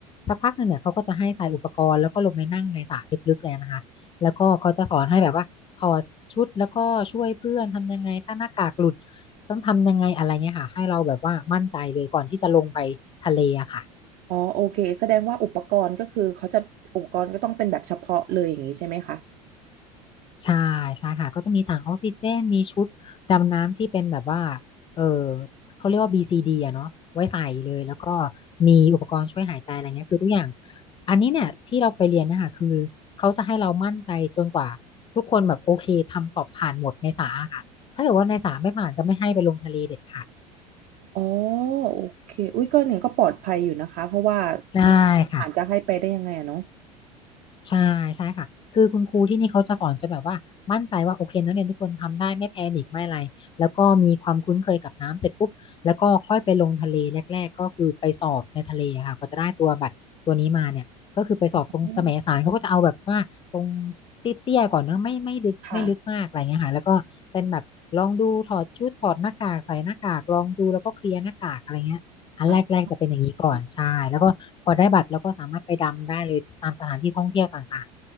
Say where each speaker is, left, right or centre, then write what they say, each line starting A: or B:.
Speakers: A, on the left (about 25°); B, on the right (about 45°).
A: สักพักหนึ่งเนี่ยเขาก็จะให้ใส่อุปกรณ์แล้วก็ลงไปนั่งในสระลึกๆเลยนะคะแล้วก็เขาจะสอนให้แบบว่าถอดชุดแล้วก็ช่วยเพื่อนทำยังไงถ้าหน้ากากหลุดต้องทำยังไงอะไรเงี้ยค่ะให้เราแบบว่ามั่นใจเลยก่อนที่จะลงไปทะเลอะค่ะ
B: อ๋อโอเคแสดงว่าอุปกรณ์ก็คือเขาจะอุปกรณ์ก็ต้องเป็นแบบเฉพาะเลยอย่างนี้ใช่ไหมคะ
A: ใช่ใช่ค่ะก็จะมีถังออกซิเจนมีชุดดำน้ำที่เป็นแบบว่าเออเขาเรียกว่า BCD อะเนาะไว้ใส่เลยแล้วก็มีอุปกรณ์ช่วยหายใจอะไรเงี้ยคือทุกอย่างอันนี้เนี่ยที่เราไปเรียนนะคะคือเขาจะให้เรามั่นใจจนกว่าทุกคนแบบโอเคทำสอบผ่านหมดในสาอะค่ะถ้าเกิดว่าในสาไม่ผ่านจะไม่ให้ไปลงทะเลเด็ดขาด
B: อ๋อโอเคอุ้ยก็เนี่ยก็ปลอดภัยอยู่นะคะเพราะว่า
A: ได้ค่ะ
B: อาจจะให้ไปได้ยังไงอะเนาะ
A: ใช่ใช่ค่ะคือคุณครูที่นี่เขาจะสอนจนแบบว่ามั่นใจว่าโอเคนักเรียนทุกคนทำได้ไม่แพนิคไม่อะไรแล้วก็มีความคุ้นเคยกับน้ำเสร็จปุ๊บแล้วก็ค่อยไปลงทะเลแรกๆก็คือไปสอบในทะเลอะค่ะกว่าจะได้ตัวบัตรตัวนี้มาเนี่ยก็คือไปสอบตรงแสมสารเขาก็จะเอาแบบว่าตรง
B: อ๋อ
A: เตี้ยๆก่อนเนอะไม่ไม่ลึกไม่ลึกมากอะไรเงี้ยค่ะแล้วก็เป็นแบบลองดูถอดชุดถอดหน้ากากใส่หน้ากากลองดูแล้วก็เคลียร์หน้ากากอะไรเงี้ย
B: ค่ะ
A: อันแรกๆจะเป็นอย่างนี้ก่อนใช่แล้วก็พอได้บัตรแล้วก็สามารถไปดำได้เลยตามสถานที่ท่องเที่ยวต่าง
B: อ่ะโอเค